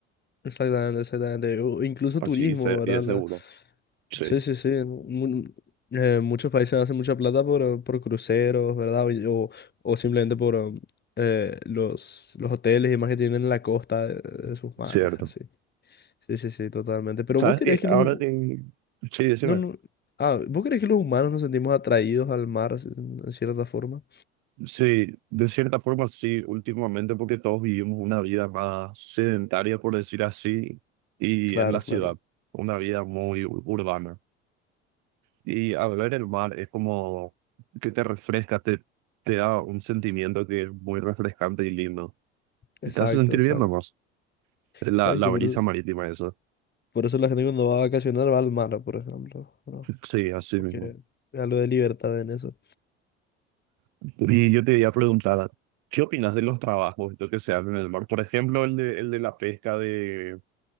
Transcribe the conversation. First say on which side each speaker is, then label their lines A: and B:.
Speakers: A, on the left; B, on the right.
A: Exactamente, exactamente. O incluso
B: así,
A: turismo,
B: se-
A: ¿verdad?
B: y es seguro.
A: La-
B: Sí,
A: Sí, sí, sí. Mu- eh, muchos países hacen mucha plata por, eh, por cruceros, ¿verdad? O, o, o simplemente por um, eh, los, los hoteles y más que tienen en la costa de, de sus mares,
B: cierto.
A: así. Sí, sí, sí, totalmente. Pero
B: ¿Sabes
A: vos creés
B: qué?
A: que
B: Ahora,
A: los... hu-
B: eh, sí, decime.
A: No, no... Ah, ¿vos creés que los humanos nos sentimos atraídos al mar en en cierta forma?
B: Sí, de cierta forma sí, últimamente porque todos vivimos una vida más sedentaria, por decir así, y
A: Claro,
B: en la ciudad,
A: claro.
B: una vida muy ur- urbana. Y al ver el mar es como que te refresca, te, te da un sentimiento que es muy refrescante y lindo. ¿Te
A: Exacto,
B: hace sentir
A: exacto.
B: bien nomás? La,
A: Exacto,
B: la brisa
A: por eso.
B: marítima, eso.
A: Por eso la gente cuando va a vacacionar va al mar, por ejemplo, ¿no?
B: Sí, así
A: Porque
B: mismo.
A: es algo de libertad en eso.
B: Y yo te iba a preguntar, ¿qué opinas de los trabajos esto que se hacen en el mar? Por ejemplo, el de, el de la pesca de